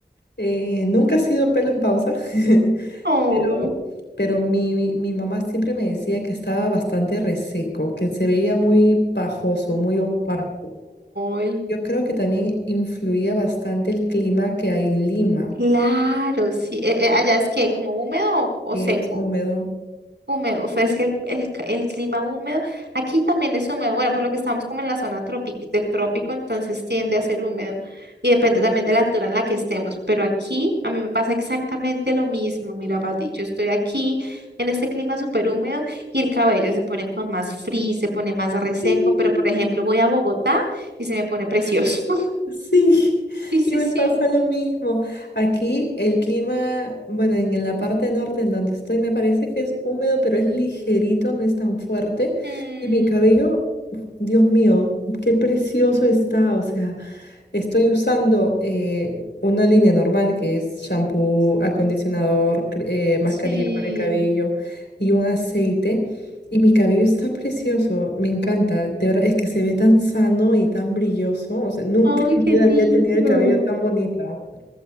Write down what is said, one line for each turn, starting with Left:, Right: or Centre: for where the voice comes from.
Left: Eh, nunca ha sido pelo en pausa, <laughs>
Right: Oh,
Left: pero, pero mi, mi- mi mamá siempre me decía que estaba bastante reseco, que se veía muy pajoso, muy opaco.
Right: ay,
Left: Yo creo que también influía bastante el clima que hay en Lima,
Right: claro, sí. Eh, eh, allá es que como húmedo o,
Left: que
Right: o seco.
Left: es húmedo.
Right: Húmedo, fue- es que el, el ca- el clima húmedo, aquí también es húmedo, bueno, por lo que estamos como en la zona tropi- del trópico, entonces tiende a ser húmedo y depende también de la altura en la que estemos, pero aquí a mí me pasa exactamente lo mismo, mira, Pati, yo estoy aquí en este clima súper húmedo y el cabello se pone con más frizz, se pone más reseco,
Left: Sí.
Right: pero por ejemplo voy a Bogotá y se me pone precioso. <laughs>
Left: <laughs> Sí,
Right: Sí, sí,
Left: y me
Right: sí.
Left: pasa lo mismo. Aquí el clima, bueno, en la parte norte en donde estoy me parece que es húmedo, pero es ligerito, no es tan fuerte.
Right: <laughs> Mm,
Left: Y mi cabello, uf, Dios mío, qué precioso está, o sea, Estoy usando eh, una línea normal que es shampoo, acondicionador, cre- eh, mascarilla
Right: sí.
Left: para el cabello y un aceite. Y mi cabello está precioso, me encanta. De verdad, es que se ve tan sano y tan brilloso. O sea, nunca
Right: Ay,
Left: en
Right: qué
Left: mi vida
Right: lindo.
Left: había tenido el cabello tan bonito.